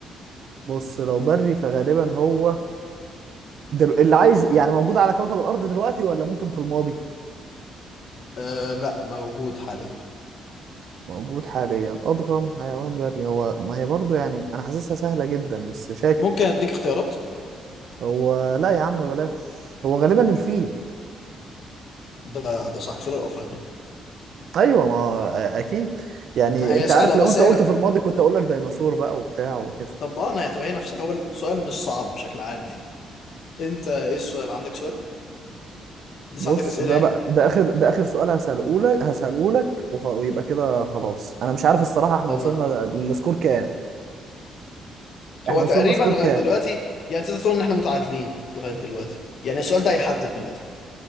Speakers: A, on the right; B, on the left.
A: بص لو بري فغالبا هو دل... اللي عايش يعني موجود على كوكب الأرض دلوقتي ولا ممكن في الماضي
B: أه لا موجود حاليا
A: موجود حاليا أضخم حيوان بري هو ما هي برضو يعني أنا حاسسها سهلة جدا بس شاكك
B: ممكن اديك اختيارات
A: هو لا يا عم بلاش هو غالبا الفيل
B: ده ده صح الفيلر الافريقي
A: أيوة ما أكيد يعني
B: هي
A: أنت
B: سهله
A: عارف لو
B: بس
A: أنت
B: هي
A: قلت
B: لا
A: في الماضي كنت أقول لك ديناصور بقى وبتاع وكده
B: طب ما انا هتبين نفسها هو السؤال مش صعب بشكل عام يعني انت ايه السؤال عندك سؤال لسه
A: بص
B: عندك اسئله
A: ده
B: يعني
A: بقى ده اخر ده اخر سؤال هساله لك هساله لك وخ- ويبقى كده خلاص انا مش عارف الصراحه احنا
B: تمام
A: وصلنا للسكور كام احنا
B: هو تقريبا
A: وصلنا سكور
B: لغايه
A: كام
B: دلوقتي يعني تقدر تقول ان احنا متعادلين لغايه دلوقتي يعني السؤال ده هيحدد دلوقتي